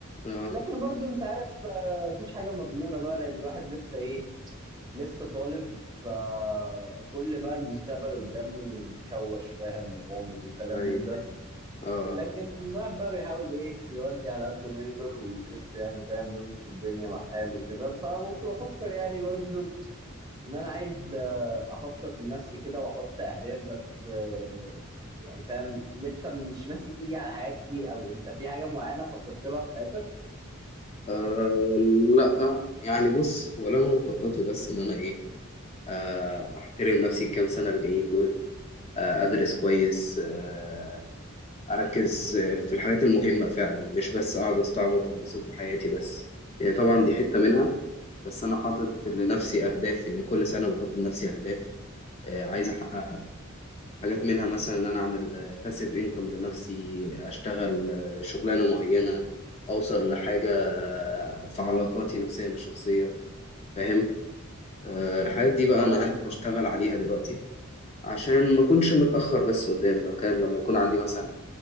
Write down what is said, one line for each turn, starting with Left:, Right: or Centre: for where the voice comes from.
Left: اه
Right: لكن برضو أنت عارف آه، مفيش حاجة مضمونة بقى لأن الواحد لسه إيه لسه طالب فكل بقى المستقبل قدامه مشوش فاهم وغامض وكلام
Left: ايوه
Right: من ده
Left: أيوة. اه
Right: لكن الواحد بقى بيحاول ايه يودي على قد ما يقدر ويشوف يعني فاهم يظبط الدنيا مع حاله وكده فكنت بفكر يعني برضو ان انا عايز آه، اخطط لنفسي كده واحط اهداف بس آه، يعني فاهم لسه مش ماسك ايدي على حاجات كتير قوي انت في حاجة معينة خططت لها في حياتك؟
Left: آه لا يعني بص ولا انا مخططه بس ان انا ايه آه احترم نفسي الكام سنة الجايين دول آه ادرس كويس آه اركز في الحاجات المهمه فعلا مش بس اقعد استعبط وانبسط بحياتي بس يعني طبعا دي حته منها بس انا حاطط لنفسي اهداف يعني كل سنه بحط لنفسي اهداف آه، عايز احققها حاجات منها مثلا ان انا اعمل باسيف انكم لنفسي اشتغل آه، شغلانه معينه اوصل لحاجه آه، في علاقاتي نفسيا الشخصيه فاهم آه، الحاجات دي بقى
Right: اه
Left: انا
Right: ايوه
Left: قاعد
Right: فاهم
Left: بشتغل عليها دلوقتي عشان ما اكونش متاخر بس قدام لو كان لما يكون عندي مثلا